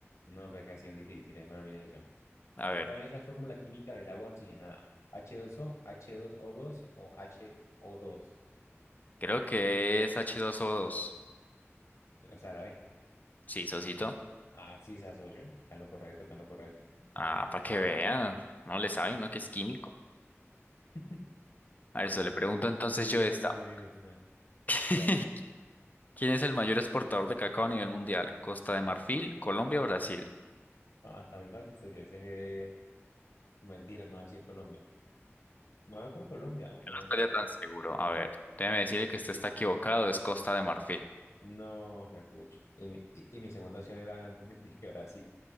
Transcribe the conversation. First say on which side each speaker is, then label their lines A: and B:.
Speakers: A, on the left; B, on the left.
A: No, pero es que ha sido difícil. Bueno, mire, socio.
B: A ver.
A: ¿Cuál es la fórmula química del agua oxigenada? ¿H2O, dos o h dos o dos o H O dos,
B: Creo que es h dos o dos,
A: O sea, la B.
B: Sí, Sosito.
A: Ah, sí, esa socio. Está en lo correcto, está en lo correcto.
B: Ah, para que vea. No le sabe uno que es químico.
A: <laughs>
B: A eso le pregunto entonces
A: Me
B: yo
A: Invento
B: esta.
A: ahí no está mal.
B: <laughs>
A: Hágale.
B: ¿Quién es el mayor exportador de cacao a nivel mundial? ¿Costa de Marfil, Colombia o Brasil?
A: Ah, está muy fácil, socio. Ese es... eh, Mentira, no, así es Colombia. Va a ver por Colombia, aunque
B: Yo
A: no
B: no estaría
A: creo.
B: tan seguro. A ver, déjeme decirle que usted está equivocado. Es Costa de Marfil.
A: No, pucha, Y, mi- y, y mi segunda opción era <laughs> ¿de de que Brasil.